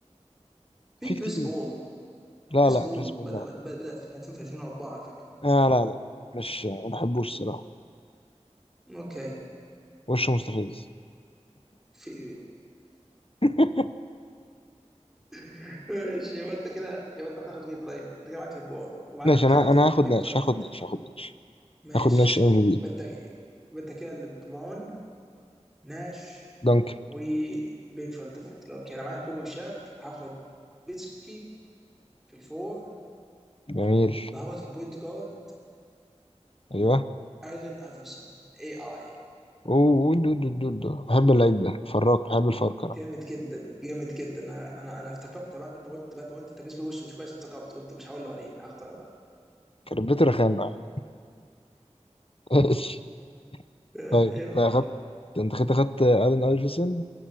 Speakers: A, in the centre; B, on the left (about 50°).
A: في
B: في
A: كريس
B: كتير
A: بول
B: لا
A: كريس
B: لا
A: بول
B: كريس بول
A: بدأ
B: لا لا
A: بدأ بدأ في 2004 على فكرة
B: آه لا لا لا. مش ما بحبوش الصراحة
A: اوكي
B: وشه مستفز
A: في
B: <laughs>
A: <laughs> ماشي يبقى انت كده يبقى انت هتاخد مين طيب؟ انت كده معاك ليبرون ومعاك
B: ماشي
A: خدت
B: أنا أنا هاخد
A: بيج
B: ناش
A: فاندمنتال
B: هاخد ناش هاخد ناش
A: ماشي
B: هاخد ناش ام في بي
A: يبقى انت يبقى انت كده ليبرون ناش
B: دانكن
A: وبيك فاندمنتال اوكي انا معايا كوبي وشاك هاخد بيتسكي في الفور
B: جميل
A: وهاخد في البوينت جارد
B: أيوه
A: ايلين افرسون اي اي
B: أوه دو دو دو دو بحب اللعيب ده فراك بحب الفركرة
A: جامد جدا جامد جدا انا انا انا افتكرت بعد انت قلت بعد ما قلت انت جسم الوش مش كويس افتكرت قلت مش هقول له عليه هاخده انا ده
B: كربته رخامة <laughs> ماشي
A: <laughs>
B: طيب
A: اي اي
B: انت اخدت انت كده اخدت الين ايفرسون